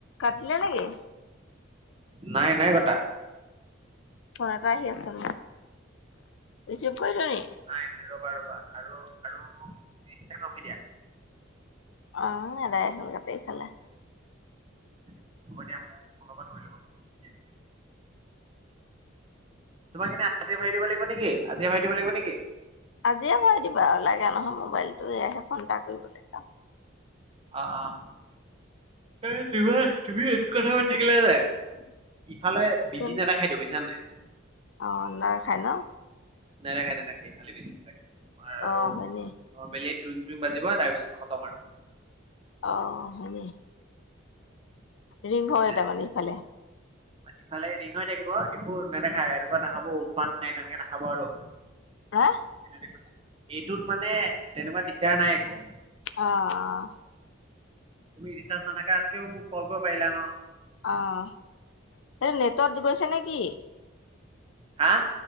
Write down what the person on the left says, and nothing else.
কাটিলে নেকি?
ফোন এটা আহি আছে মোক, ৰিচিভ কৰিলোঁ নি?
অ' এদাই হলগে আও কি খালা?
আজিয়ে ভৰাই দিবা লাগে নহয় মোবাইলটো, এয়াহে ফোন এটা কৰিবলে
কোন
ফা,
অ' নেদেখাই ন'
অ', হয় নি?
অ', হেৰি ৰিং হয়
তাৰমানে ইফালে
হে
অ',
অ', এই নেটৱৰ্ক গৈছে নেকি